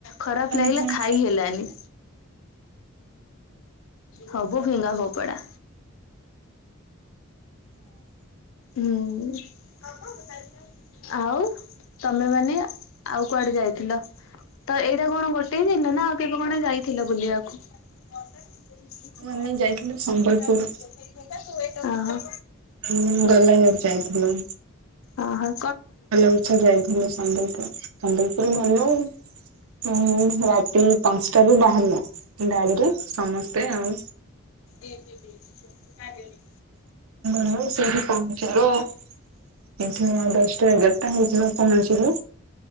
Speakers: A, on the left (about 65°); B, on the right (about 75°).
A: ଖରାପ
B: ଆଉ
A: ଲାଗିଲା ଖାଇ ହେଲାନି। ହବୁ ଫିଙ୍ଗା ଫୋପଡା। ହୁଁ <unintelligible> ଆଉ। ତମେ ମାନେ ଆଉ କୁଆଡେ ଯାଇଥିଲ। ତ ଏଇଟା କଣ କୋ <unintelligible> ନା ଆଉ କେବେ କଣ ଯାଇଥିଲ ବୁଲିବାକୁ। <unintelligible>
B: ଆମେ ଯାଇଥିଲୁ ସମ୍ବଲପୁର
A: ଅହ।
B: ହୁଁ। ଗଲା ଇଆଡୁ ଯାଇଥିଲୁ।
A: ଓ ହ।
B: ଭଲ ଉଛା ଯାଇଥିଲୁ ସମ୍ବଲପୁର। ସମ୍ବଲପୁର ଗଲୁ। ହୁଁ ରାତି ପାଞ୍ଚଟାାରୁୁ ବାହାରିଲୁ ଗାଡିରେ ସମସ୍ତେ ଆଉ।
A: ଏ ବିିବ ଯେମତି କ <unintelligible>
B: ହଁ ସେଇଠି ପହଁଞ୍ଚିବ ଆଉ ସେଇଠି ନ ଦଶ୍ଟା ଏଗା ହେଇଯିବ ପହଁଚିବ।